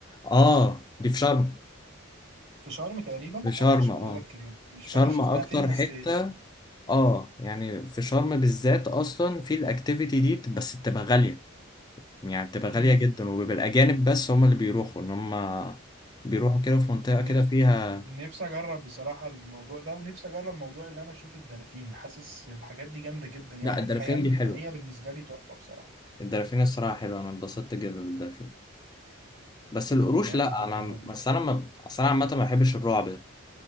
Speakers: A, on the left; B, on the right.
A: اه دي في شرم
B: في شرم تقريبا
A: في شرم
B: أنا مش
A: اه
B: متذكر يعني مش
A: شرم
B: فاكر شفتها
A: أكتر
B: فين بس
A: حتة اه يعني في شرم بالذات أصلا في الأكتيفيتي دي بس بتبقى غالية يعني بتبقى غالية
B: امم
A: جدا وبيبقى الأجانب بس هم اللي بيروحوا إن هم بيروحوا كده في منطقة
B: نفسي
A: كده فيها
B: نفسي أجرب بصراحة الموضوع ده ونفسي أجرب موضوع اللي أنا أشوف الدلافين حاسس الحاجات دي جامدة جدا يعني
A: لا الدلافين
B: الحياة المائية
A: دي حلوة
B: بالنسبة لي تحفة بصراحة
A: الدلافين الصراحة حلوة أنا اتبسطت جدا بالدلافين بس القروش
B: جامد
A: لا
B: جدا
A: أنا
B: والله
A: بس أنا ما أصل أنا عامة ما بحبش الرعب ده